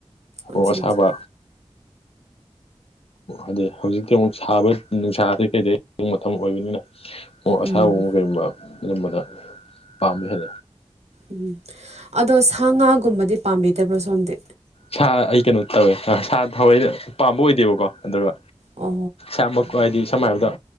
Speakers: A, on the left; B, on the right.
A: ꯃꯣꯔꯣꯛ
B: ꯑꯠꯆꯥ
A: ꯑꯁꯥꯕ
B: ꯑꯠꯆꯥ
A: ꯑꯗꯩ ꯍꯧꯖꯤꯛꯇꯤ ꯑꯃꯨꯛ ꯁꯥꯕ ꯅꯨꯡꯁꯥꯗꯩ ꯀꯩꯗꯩ ꯃꯇꯝ ꯑꯣꯏꯕꯅꯤꯅ ꯑꯣ ꯑꯁꯥꯕꯕ
B: ꯎꯝ
A: ꯀꯩꯒꯨꯝꯕ ꯑꯗꯨꯝꯕꯗ ꯄꯥꯝꯃꯦ ꯍꯥꯏ
B: ꯎꯝ ꯑꯗꯣ ꯁꯥ ꯉꯥꯒꯨꯝꯕꯗꯤ ꯄꯥꯝꯕꯤꯗꯕ꯭ꯔꯣ ꯁꯣꯝꯗꯤ
A: ꯁꯥ ꯑꯩ ꯀꯩꯅꯣ ꯇꯧꯋꯦ ꯁꯥ ꯊꯋꯥꯏ ꯄꯥꯝꯕ ꯑꯣꯏꯗꯦꯕꯀꯣ ꯑꯗꯨꯒ
B: ꯑ
A: ꯏꯁꯃꯛ ꯍꯥꯏꯗꯤ ꯁꯝꯅ ꯍꯥꯏꯔꯕꯗ